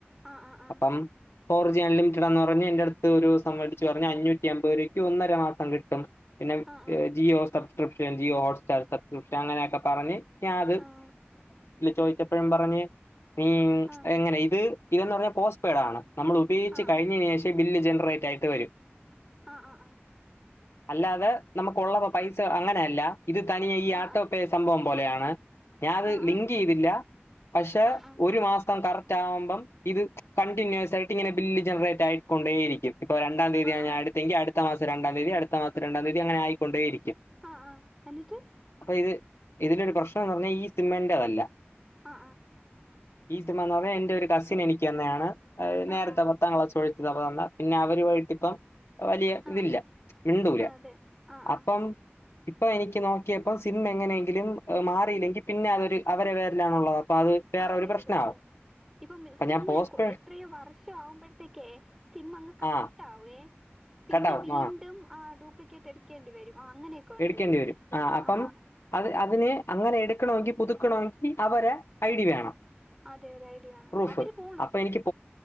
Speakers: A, in the centre; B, on the left.
A: ആഹ് ആഹ്
B: അപ്പം ഫോർജിയാലും ടാന്ന് പറഞ് എന്റെ അടു ഒരു സംഭന്ധിച്ച് പറഞ്ഞ അഞ്ഞൂറ്റി റ്റിയമ്പത് രുക്ക് ഒന്നര മാസം കിട്ടും. പിന്നെ
A: ആഹ്
B: ജിയോ സ സബസ്ക്രിപ്ൻ ജിയോ ഹോട്ട്റ്റാർ സ്സ്ക്രിപ്ൻ അനെയൊക്കെ പറഞ്ഞ് ഞ അത്
A: ആഹ്
B: ചോദിച്ചപ്പഴും പറഞ്ഞ്. മ്മ്
A: ആഹ്
B: എങ്ങനെ ഇത് ഇതന്ന് പറഞ്ഞാ പോസ്റ്റ് പെയ്ഡ ആണ്. നമ്മൾ ഉപയോഗിച്ച്
A: ആഹ്
B: കഴിഞ്ഞെന് ശേഷം ബില്ല് ജനറേറ്റ് ആയിട്ട് വരും.
A: ആഹ് ആ ആഹ്
B: അല്ലാതെ നമുക്ക് ഉള്ള പൈസ അങ്ങനെയല്ല. ഇത് തനിയെ ഈ
A: ആഹ്
B: ആട്ടോപെ സംഭവം പോലെയാണ്. അ ഞാനത്
A: ആഹ് ആഹ്
B: ലിങ്ക് ചെയ്തില്ല പക്ഷെ
A: ആഹ് ആഹ് ആഹ് ആഹ്
B: ഒരു മാസം കറക് ട്ടാവുമ്പം ഇത് കണ്ടിന്യൂസ് ആയിട്ട് ഇങ്ങനെ ബില്ല് ജനറേറ്റ് ആയിക്കൊണ്ടേയിരിക്കും ഇപ്പ രണ്ടാം തീയതിയാ
A: ആഹ് ആഹ് ആഹ് ആഹ്
B: ഞാനെടുത്തെങ്കി അടുത്ത ത്ത മാസം രണ്ടാംതിയതി അടുത്ത മാസം രണ്ടാംതീയതി അങ്ങനെ ആയിക്കൊണ്ടേരിക്കും
A: ആഹ് ആഹ് എന്നിട്ട്
B: ഇത് ഇതിലൊരു പ്രശ്നം ന്ന് പറഞ്ഞാൽ ഈ സിം എന്റേതല്ല
A: ആഹ് ആഹ്
B: ഈ സിം ആന്നേ എന്റെ ഒരു കസിൻ എനിക്ക് തന്നെയാണ് അ നേരത്തെ
A: ആഹ് ആഹ്
B: പത്താം ക്ലാസ് പഠി ത് അവൻ തന്ന പിന്നെ അവരുവായിട്ടിപ്പം വലിയ
A: ആഹ്
B: ഇതില്ല മിണ്ടൂല
A: ആഹ് അതെ ആഹ്
B: അപ്പം
A: ആഹ്
B: ഇപ്പൊ എനിക്ക് നോക്കിയപ്പോ സിം എങ്ങനെങ്കിലും മാ റ്റില്ലെങ്കിൽ പിന്നെ അതൊരു അവരെ പേരിലാണുള്ളത് അപ്പൊ അത് വേറെ
A: ആ അതെ
B: ഒരു പ്രശ്നമാവും
A: അതെ അതെ ഇപ്പം
B: അപ്പൊ
A: സിം
B: ഞാൻ പോസ്റ്റ്പെയ്ഡ്
A: കൊ എത്രയോ വർഷം ആവുമ്പഴത്തേക്കേ സിം അങ്ങ് കട്ട്
B: ആ
A: ആവേ പിന്നെ
B: കട്ടാവും
A: വീണ്ടും
B: ആ
A: ആ ഡൂ പ്ലിക്കേറ്റ് എടുക്കേണ്ടി വരും ആഹ് അങ്ങനെയൊക്കെ ഉണ്ട്
B: എടുക്കേണ്ടി വരും ആ
A: ആഹ്
B: അപ്പം
A: ആഹ്
B: അത് അതിന് അങ്ങനെ എടു ക്കണോങ്കി പുതുക്കനോങ്കി അവരെ ഐഡി വേണം
A: അതെ അതെ ഐഡി വേണം
B: പ്രൂഫ്
A: അവര് പോണം
B: അപ്പൊ എനിക്ക്